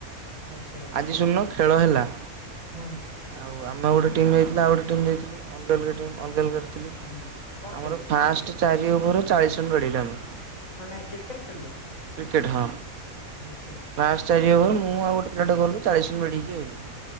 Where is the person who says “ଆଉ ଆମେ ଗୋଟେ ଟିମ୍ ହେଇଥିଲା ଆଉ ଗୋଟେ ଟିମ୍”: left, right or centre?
Right